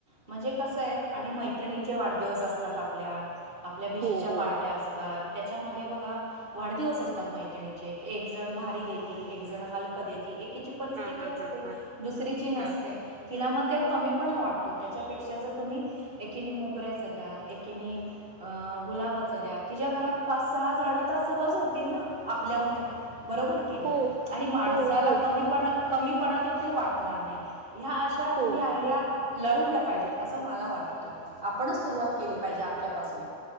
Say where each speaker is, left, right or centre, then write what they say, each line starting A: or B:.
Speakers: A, on the right; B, on the right.
A: म्हणजे कसं आहे आणि मैत्रिणींचे वाढदिवस असतात आपल्या, आपल्या भीजीच्या
B: हो हो.
A: पार्ट्या असतात त्याच्यामध्ये बघा वाढदिवस असतात
B: हा
A: मैत्रिणी एक जण भारी देती एक जण हलकं देते एकीची परिस्थिती
B: हा
A: असते
B: हा हा
A: दुसरीची नसते.
B: हा
A: तिला मग ते कमीपणा वाटतो त्याच्यापेक्षा जर तुम्ही एकिणी मोगऱ्याच द्या एकीणे अ गुलाबाच द्या तिच्या घरात पाच सहा झाडं तर सहज होतील ना आपल्यामुळे. बरोबर के नाही
B: हो
A: आणि माणसाला
B: हो हो
A: कमी पण कमीपणा देखील वाटणार नाही ह्या अशा
B: हो.
A: तुम्ही आयडिया लढवल्या पाहिजेत असं मला वाटत आपणच सुरुवात केली पाहिजे आपल्यापासून.